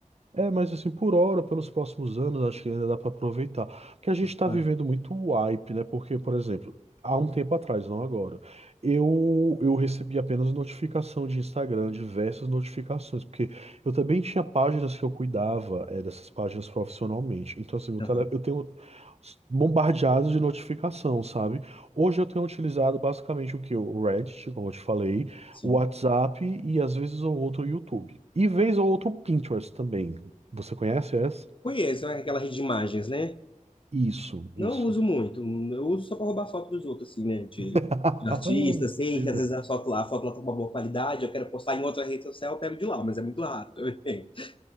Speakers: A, on the right; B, on the left.
A: É, mas assim, por hora, pelos próximos anos, acho que ainda dá para aproveitar. Porque a gente está
B: Ah,
A: vivendo muito hype, né? Porque, por exemplo, há um tempo atrás, não agora, eu, eu recebi apenas notificação de Instagram, diversas notificações, porque eu também tinha páginas que eu cuidava, é, dessas páginas profissionalmente. Então, assim, meu
B: aham,
A: tele, eu tenho bombardeado de notificação, sabe? Hoje eu tenho utilizado basicamente o que? O Reddit, como eu te falei,
B: Sim.
A: o WhatsApp e às vezes ou outro YouTube. E vez ou outro Pinterest também. Você conhece essa?
B: Conheço, né, aquela rede de imagens, né?
A: Isso.
B: Não
A: Isso.
B: uso muito. Eu uso só para roubar foto dos outros, assim, né? De,
A: <laughs>
B: de artista, sei
A: Pois
B: que às
A: é.
B: vezes a foto lá, a foto lá tá com uma boa qualidade, eu quero postar em outra rede social, eu pego de lá, mas é muito raro. <laughs>